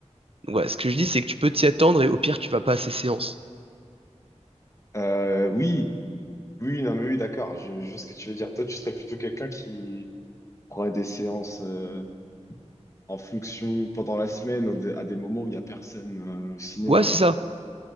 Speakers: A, on the right; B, on the left.
A: Donc, voilà, ce que je dis, c'est que tu peux t'y attendre et au pire, tu vas pas à ces séances.
B: Euh, oui. Oui, non, mais oui, d'accord, je, je vois ce que tu veux dire. Toi, tu serais plutôt quelqu'un qui aurait des séances euh, en fonction pendant la semaine, à des à des moments où il n'y a personne euh, au cinéma.
A: Ouais, c'est
B: genre.
A: ça.